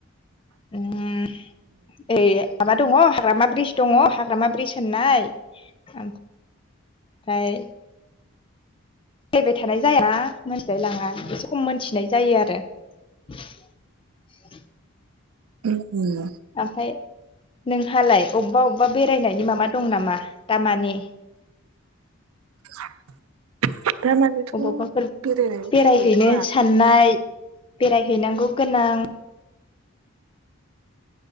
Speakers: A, on the left (about 25°); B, on the right (about 75°).
A: उम ए आबाद दङ हाग्रामा ब्रिज दङ हाग्रामा ब्रिज होननाय <unintelligible> फाय फैबाय थानाय जाया मोनथिलाय लाङा एसे खम मोनथिनाय जायो आरो <inaudible>
B: उम उम
A: ओमफ्राय नोंहालाय अबबा अबबा बेरायनायनि माबा दं नामा दामानि?
B: <inaudible> दामानिथ'
A: अबावबाफोर
B: बेरायनायनि
A: बेरायहैनो
B: जेबो गैथ'वा
A: साननाय बेरायहैनांगौ गोनां